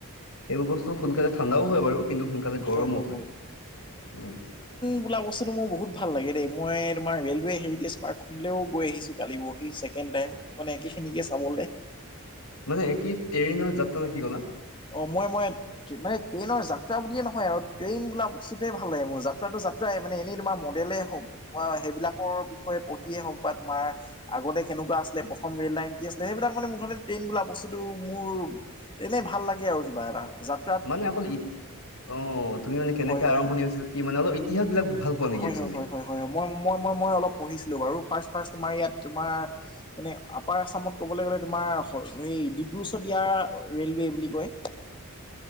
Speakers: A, on the left (about 80°); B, on the left (about 20°).
A: সেইবোৰ বস্তু সোনকালে ঠাণ্ডাও হয় বাৰু কিন্তু সোনকালে গৰমো
B: হয়, হয়,
A: হয় উম। <inaudible>
B: বোল ব্তুটো মোৰ বহুত ভাল লাগে দেই মইোমাৰ ৰেলৱ হেৰিেজ পাৰ্কখনলৈও গৈ আহিো কালি বহি ছেকেণ্ড টাইম। মানে একে খিনিকে চাবলৈ।
A: মানে এক কি ট্ৰেইনৰ যাত্ৰা নেকি ক'লা
B: অ' মই মই মানে ট্ৰেইনৰ যাত্ৰা বুলিয়ে নহয় আৰু ট্ৰেইন বোলা বস্তুতে ভাল লে মোৰ যাত্ৰাটো যাতা প্ৰায় মানে এনেই তোমাৰ মডেলেই হওক বা সেইবিলাকৰ বিষয়ে পঢ়িয়েই হওক বা তোমাৰ আগতে কেনেকুৱা আছিলে প্ৰথম ৰেল লাইন কি আছিলে সেইবিলাক মানে মুঠতে ট্ৰেইন বোলা বস্তুটো মোৰ এনেই ভাল লাগে আৰু কিবা এটা যাত
A: মানে অকল ই অ' তুমি মানে কেনেকে
B: হয়
A: আৰম্ভণি
B: হয় হয়
A: হৈছিল কি মানে অলপ ইতিহাস বিলাক ভাল পোৱা নেকি
B: হয়,
A: একচুৱেলি
B: হয়, হয়, মই অলপ পঢ়িছিলো বাৰু ফাৰ্ষাৰ ইয়াত তোমাৰ মনে আপাৰ আছামত ক'বলৈ গ'লে তোমাৰ সেই ডিব্ৰু চদীয়া ৰে'লৱে বুলি কয়।
A: <inaudible>